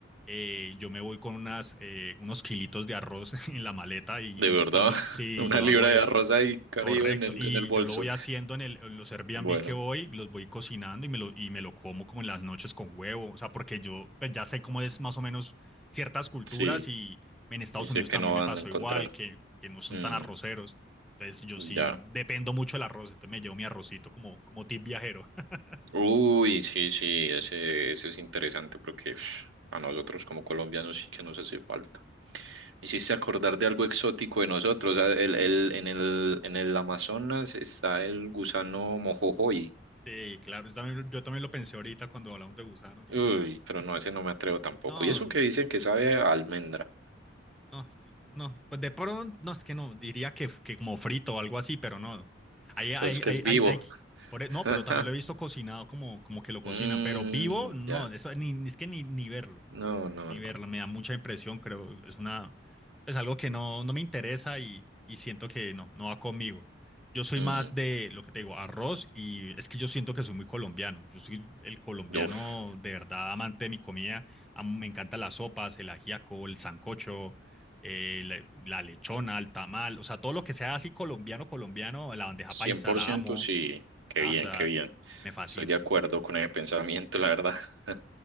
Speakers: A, in the centre; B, on the right.
A: eh, yo me voy con unas, eh, unos kilitos de arroz <laughs> en la maleta y,
B: De
A: y
B: verdad,
A: cuando,
B: <laughs>
A: sí,
B: una
A: yo
B: libra
A: hago eso.
B: de arroz ahí, Caribe,
A: Correcto,
B: en el,
A: y
B: en el bolso.
A: yo lo voy haciendo en, el, en los Airbnb
B: Bueno,
A: que voy, los voy cocinando y me lo, y me lo como como en las noches con huevo, o sea, porque yo pues, ya sé cómo es más o menos ciertas culturas
B: sí,
A: y en Estados
B: y sé
A: Unidos
B: que
A: también
B: no
A: me
B: van
A: pasó
B: a encontrar.
A: igual, que, que no son
B: Mm,
A: tan arroceros, entonces yo sí
B: ya.
A: dependo mucho del arroz, entonces me llevo mi arrocito como, como tip viajero. <laughs>
B: Uy, sí, sí, ese, ese es interesante porque uf, a nosotros como colombianos sí que nos hace falta. Me Hiciste acordar de algo exótico de nosotros. ah, El, el- en el, en el Amazonas está el gusano mojojoy.
A: Sí, claro, yo también, yo también lo pensé ahorita cuando hablamos de gusanos, dije,
B: Uy,
A: no,
B: pero no, ese no me atrevo tampoco.
A: no,
B: Y eso que dicen que sabe a almendra,
A: Ah, sí, no, pues de pronto, no, es que no, diría que, que como frito o algo así, pero no. Hay, hay,
B: pues es que
A: hay,
B: es vivo.
A: hay, hay- por e-
B: <laughs>
A: no, pero también lo he visto cocinado como, como que lo cocinan,
B: Mm,
A: pero vivo, no,
B: ya.
A: eso ni, ni- es que ni, ni verlo
B: No, no,
A: ni
B: no.
A: verla, me da mucha impresión, creo, es una, es algo que no, no me interesa y, y siento que no, no va conmigo. Yo soy
B: Mm,
A: más de lo que te digo, arroz y es que yo siento que soy muy colombiano. Yo soy el colombiano
B: uf,
A: de verdad amante de mi comida. Am- me encantan las sopas, el ajiaco, el sancocho, eh, la, la lechona, el tamal, o sea, todo lo que sea así colombiano, colombiano, la bandeja
B: cien
A: paisa,
B: por
A: la
B: ciento
A: amo,
B: sí. Qué
A: Ah,
B: bien,
A: o sea,
B: qué bien.
A: me fascina.
B: Estoy de acuerdo con ese pensamiento, la verdad. <laughs>